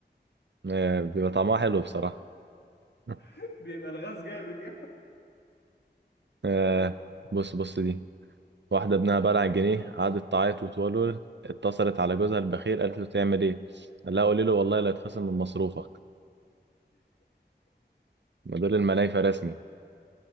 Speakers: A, on the right; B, on the left.
A: آه، بيبقى طعمها حلو بصراحة <laughs>
B: <laughs> بيبقى الغاز جامد يا
A: آه،
B: اه
A: بص بص دي واحدة ابنها بلع جنيه قعدت تعيط وتولول اتصلت على جوزها البخيل قالت له تعمل إيه؟ قال لها قولي له والله لا يتخصم من مصروفك ما دول المنايفة رسمي